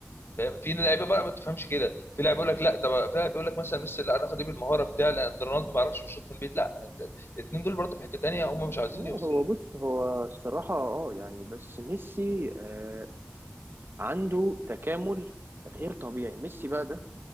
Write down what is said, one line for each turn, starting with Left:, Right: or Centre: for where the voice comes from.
Left: فاهم؟ في لعيبه بقى ما تفهمش كده في لاعب يقول لك لا طب في لاعب يقول لك مثلا ميسي لا انا اخد ايه بالمهاره بتاعي لا ده رونالدو ما يعرفش يشوط من البيت لا الاثنين دول برضه في حته تانيه هم مش عايزين
Right: لا،
Left: يوصلوا
Right: هو بص هو الصراحه اه يعني بس ميسي آه عنده تكامل غير طبيعي ميسي بقى ده